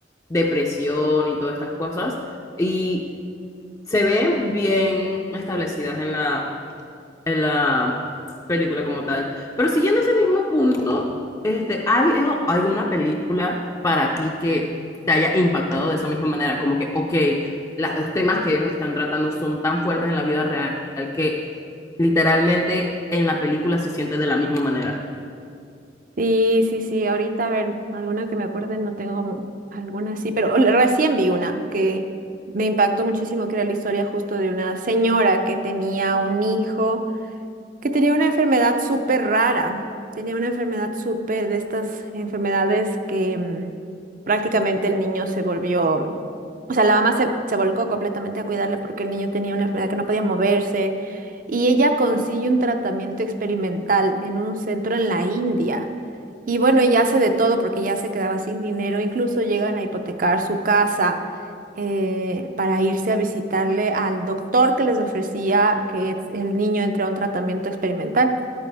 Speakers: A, on the left (about 20°); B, on the right (about 50°).
A: depresión y todas estas cosas. Y se ven bien establecidas en la, en la película como tal. Pero siguiendo ese mismo punto, este, ¿ha habido alguna película para ti que te haya impactado de esa misma manera? Como que, ok, la- los temas que ellos están tratando son tan fuertes en la vida real que literalmente en la película se siente de la misma manera.
B: Sí, sí, sí. Ahorita, a ver, alguna que me acuerde, no tengo como alguna así, pero le- recién vi una que me impactó muchísimo, que era la historia justo de una señora que tenía un hijo. que tenía una enfermedad súper rara. Tenía una enfermedad súper de estas enfermedades que mm, prácticamente el niño se volvió, o sea, la mamá se, se volcó completamente a cuidarle porque el niño tenía una enfermedad que no podía moverse y ella consigue un tratamiento experimental en un centro en la India. Y bueno, ella hace de todo porque ya se quedaba sin dinero, incluso llegan a hipotecar su casa eh, para irse a visitarle al doctor que les ofrecía que es- el niño entre a un tratamiento experimental.